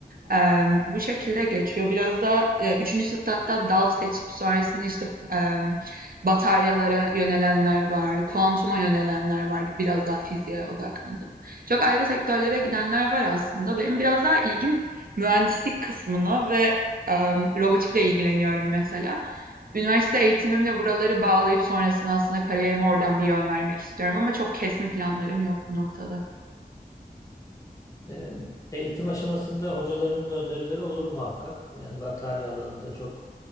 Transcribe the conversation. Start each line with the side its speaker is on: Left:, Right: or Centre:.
Right: Emm, bu şekilde geçiyor. Biraz da, eee, 3. sınıfta hatta dal seçip sonrasında, işte, emm, bataryalara yönelenler var, kuantuma yönelenler vardı biraz daha fiziğe odaklanıp. Çok ayrı sektörlere gidenler var aslında. Benim biraz daha ilgim mühendislik kısmına ve, emm, robotikle ilgileniyorum mesela. Üniversite eğitimimle buraları bağlayıp sonrasında aslında kariyerime oradan bir yön vermek istiyorum ama çok kesin planlarım yok bu noktada.
Left: Ee, Eğitim aşamasında hocaların da önerileri olur muhakkak. Yani batarya alanında çok